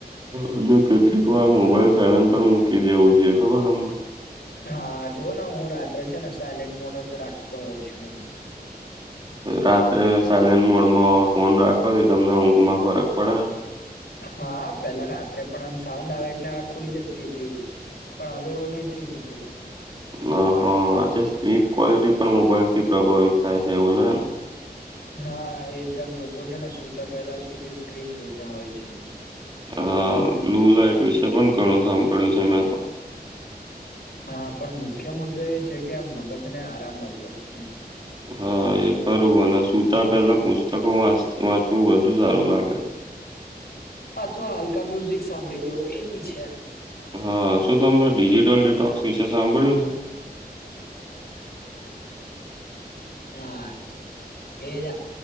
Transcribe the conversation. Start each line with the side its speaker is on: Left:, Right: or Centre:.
Right: અને કેટલીક વાર મોબાઈલ સાયલેન્ટ પર મૂકી દેવું છે ખબર તમને
Left: હા જોવ ને હું રાત્રે છે ને સાયલેન્ટ મોડ જ રાખતો હોઉં છું.
Right: રાત્રે સાયલેન્ટ મોડમાં ફોન રાખવાથી તમને ઊંઘમાં ફરક પડે
Left: હા પેલા રાત્રે પણ આમ સાઉન્ડ આવે એટલે ખુલી જતી હતી પણ હવે એવું નહી થતું
Right: હ હા આજે સ્લીપ ક્વોલિટી પણ મોબાઈલ થી પ્રભાવિત થાય છે એવું લે ને
Left: હા એ જેમ લોકો છે ને સુુંતા પેલા સુતી સ્ક્રીન જોતા હોય છે.
Right: હા બ્લુ લાઈટ વિશે પણ ઘણું સાંભળ્યું છે મેં તો
Left: હા પણ મુખ્ય મુદ્દો એ છે કે આ મગજ ને આરામ મળતો નથી
Right: હા એ કરું અને સુતા પેલા પુસ્તકો વાંચવું વધુ સારું લાગે છે.
Left: અથવા હલકા મ્યુઝિક સાંભળી લેવું એ બી છે.
Right: હા શું તમને ડિજિટલ ડિટોક્સ વિશે સાંભળ્યું છે.
Left: હા એજ